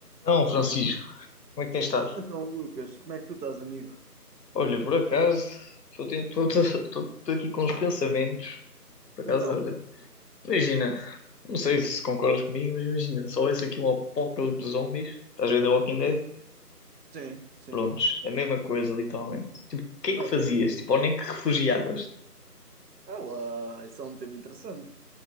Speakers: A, on the left (about 80°); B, on the right (about 90°).
A: Não, Francisco, como é que tens estado?
B: Então, Lucas, como é que tu estás, amigo?
A: Olha, por acaso, estou ten- estou- estou- estou- estou aqui com os pensamentos. Por acaso,
B: Então,
A: olha, imagina, não sei se concordas comigo, mas imagina, se houvesse aqui um apocalipse de zombies, estás a ver The Walking Dead?
B: sim, sim.
A: Prontos, é a mesma coisa, literalmente. Tipo, o que é que
B: Ok.
A: fazias? Tipo, onde é que refugiavas?
B: Olá, isso é um tema interessante.